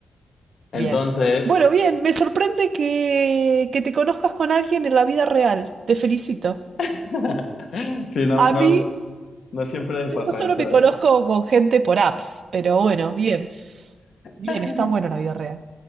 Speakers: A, on the left (about 70°); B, on the right (about 65°).
A: Entonces,
B: bien. Bueno, bien, me sorprende que, que te conozcas con alguien en la vida real. Te felicito.
A: <laughs> sí, no,
B: A
A: no,
B: mí,
A: no siempre pasa
B: yo solo
A: eso,
B: me conozco
A: ¿eh?
B: con gente por apps, pero bueno, bien. Bien,
A: <laughs>
B: está bueno la vida real.